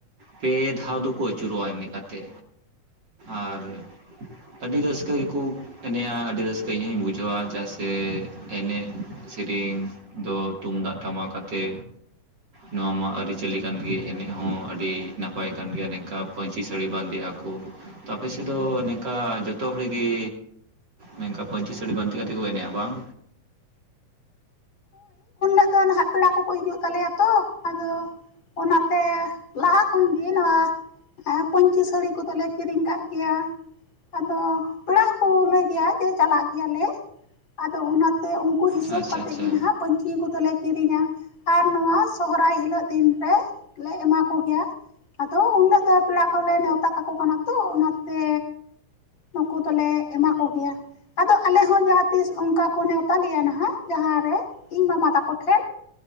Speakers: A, on the right (about 40°); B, on the left (about 35°).
A: ᱯᱮ ᱫᱷᱟᱣ ᱫᱚᱠᱚ ᱟᱹᱪᱩᱨᱚᱜᱞ-ᱟ ᱮᱱᱮᱜ ᱠᱟ ᱠᱟᱛᱮ᱾ ᱟᱨ ᱟᱹᱰᱤ ᱨᱟᱹᱥᱠᱟᱹ ᱜᱮᱠᱩ᱾ ᱮᱱᱮ-ᱟ ᱟᱹᱰᱤ ᱨᱟᱹᱥᱠᱟᱹ ᱤᱧ ᱦᱚᱧ ᱵᱩᱡᱷᱟᱹᱣᱟ ᱪᱮᱫᱟᱜ ᱥᱮ ᱮᱱᱮᱡ ᱥᱮᱨᱮᱧ᱾ ᱫᱚ ᱛᱩᱢᱫᱟᱜ ᱴᱟᱢᱟᱠ ᱟᱛᱮ ᱱᱚᱣᱟ ᱢᱟ ᱟᱹᱨᱤᱪᱟᱹᱞᱤ ᱠᱟᱱ ᱜᱮ ᱮᱱᱮᱡ ᱦᱚᱸ ᱟᱹᱰᱤ ᱱᱟᱯᱟᱭ ᱠᱟᱱ ᱜᱮᱭᱟ ᱱᱮᱝᱠᱟ᱾ ᱯᱟᱹᱧᱪᱤ ᱥᱟᱹᱲᱤ ᱵᱟᱸᱫᱮᱜ-ᱟ ᱠᱚ ᱟᱯᱮ ᱥᱮᱫ ᱫᱚ ᱱᱮᱝᱠᱟ ᱡᱚᱛᱚ ᱦᱚᱲᱜᱮ? ᱱᱮᱝᱠᱟ ᱯᱟᱹᱧᱪᱤ ᱥᱟᱹᱲᱤ ᱵᱟᱸᱫᱮ ᱠᱟᱛᱮ ᱠᱚ ᱮᱱᱮᱜ-ᱟ ᱵᱟᱝ᱾
B: ᱟᱫᱚ ᱱᱟᱜ ᱯᱮᱲᱟ ᱠᱚᱠᱚ ᱦᱤᱡᱩᱜ ᱛᱟᱞᱮᱭᱟ ᱛᱚ ᱟᱫᱚ᱾ ᱚᱱᱟᱛᱮ ᱞᱟᱦᱟ ᱠᱷᱚᱱᱜᱮ ᱱᱚᱣᱟ᱾ ᱦᱮᱸ ᱯᱟᱹᱧᱪᱤ ᱥᱟᱹᱲᱤ ᱠᱚᱫᱚᱞᱮ ᱠᱤᱨᱤᱧ ᱠᱟᱜ ᱜᱮᱭᱟ᱾ ᱟᱫᱚ ᱯᱮᱲᱟ ᱦᱚᱸᱠᱚ ᱞᱟᱹᱭ ᱜᱮᱭᱟ ᱡᱮ ᱪᱟᱞᱟᱜ ᱜᱮᱭᱟᱞᱮ ᱟᱫᱚ ᱚᱱᱟ ᱛᱮ ᱩᱱᱠᱩ ᱦᱤᱥᱟᱹᱵᱽ
A: ᱟᱪᱪᱷᱟ
B: ᱠᱟᱛᱮᱜ
A: ᱟᱪᱪᱷᱟ
B: ᱜᱮ ᱱᱦᱟᱜ ᱯᱟᱹᱧᱪᱤ ᱠᱚᱫᱚᱞᱮ᱾ ᱠᱤᱨᱤᱧᱟ ᱟᱨ ᱱᱚᱣᱟ ᱥᱚᱦᱨᱟᱭ ᱦᱤᱞᱳᱜ ᱫᱤᱱ ᱨᱮ ᱞᱮ ᱮᱢᱟ ᱠᱚ ᱜᱮᱭᱟ᱾ ᱟᱫᱚ ᱩᱱᱞᱚᱜ ᱫᱚ ᱯᱮᱲᱟ ᱠᱚᱞᱮ ᱱᱮᱣᱛᱟ ᱠᱟᱠᱚ ᱠᱟᱱᱟ ᱛᱚ ᱚᱱᱟᱛᱮ᱾ ᱱᱩᱠᱩ ᱫᱚᱞᱮ ᱮᱢᱟ ᱠᱚ ᱜᱮᱭᱟ ᱟᱫᱚ ᱟᱞᱮ ᱦᱚᱸ ᱛᱤᱥ ᱚᱝᱠᱟ ᱠᱚ ᱱᱮᱣᱛᱟ ᱞᱮᱭᱟ ᱱᱦᱟᱜ ᱡᱟᱦᱟᱸ ᱨᱮ ᱤᱧ ᱢᱟᱢᱟ ᱛᱟᱠ᱾ ᱠᱚᱴᱚᱷᱮᱱ